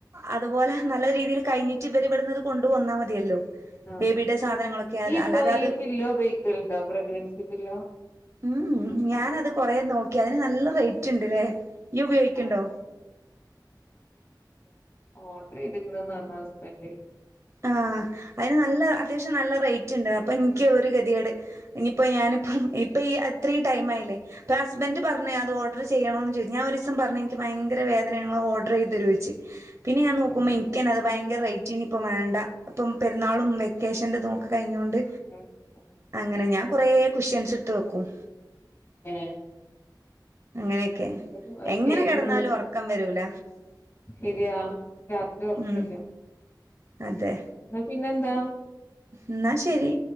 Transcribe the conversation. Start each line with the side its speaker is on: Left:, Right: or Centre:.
Right: അത് അതുപോലെ നല്ല രീതിയിൽ കഴിഞ്ഞിട്ട് ഇവര് ഇവിടുന്നത് കൊണ്ട് വന്നാ മതിയല്ലോ
Left: ആ
Right: ബേബിയുടെ സാധനങ്ങളൊക്കെ അത്
Left: ഇയിപ്പൊ
Right: അല്ലാതെ അത്
Left: ഈ പില്ലോ ഉപയോഗിക്കലുണ്ടോ പ്രഗ്നൻസി പില്ലോ
Right: ഉം ഞാനത് കൊറേ നോക്കി അതിന് നല്ല റേറ്റ് ഇണ്ട്ല്ലേ ഇയ് ഉപേയോഗിക്കണ്ടോ
Left: ആ ഓഡർ എയ്തിക്കണ് <unintelligible> ബെഡ്
Right: ആ അയിന് നല്ല അത്യാവശ്യം നല്ല റേ റെയിറ്റുണ്ട് അപ്പൊ എനിക്ക് ഒരു ഗതിഗേട് ഇനിയിപ്പോ ഞാനിപ്പം
Left: ആ
Right: ഇപ്പം ഈ അത ഇത്രയും ടൈംആയില്ലേ അപ്പൊ ഹസ്ബൻറ് പറ ഞ്ഞ് അത് ഓഡർ ചെയ്യണോന്ന് ചോയി ഞാൻ ഒരുസം പറഞ്ഞു എനിക്ക് ഭയങ്കര വേദനയാ നിങ്ങൾ ഓഡർ ചെയ്ത് താരോവൊന്നു ചോദിച്ചു പിന്നെ ഞാൻ നോക്കുമ്പോ
Left: ഉം
Right: എനിക്ക് തന്നെ അത് ഭയര റേ റ്റിന് ഇപ്പം വേണ്ട ഇപ്പം പെരുന്നാളും വെക്കേഷന്റെ ഇതും ഒക്കെ കഴിഞ്ഞൊണ്ട്
Left: ഉം ഉം
Right: അങ്ങനെ ഞാൻ കൊറേ കുഷ്യൻസ് എടുത്ത് വെക്കും
Left: ഏ
Right: അങ്ങനെയൊക്കെ
Left: ഏതായാലും അത്
Right: എങ്ങനെ
Left: ചെയ്ത്ക്ക്ണ്
Right: കിടന്നാലും ഉറക്കം വരൂല
Left: ശരിയാ രാത്രി ഉറക്കോല്ല
Right: ഉം അതെ
Left: എന്നാ പിന്നെന്താ
Right: എന്നാ ശരി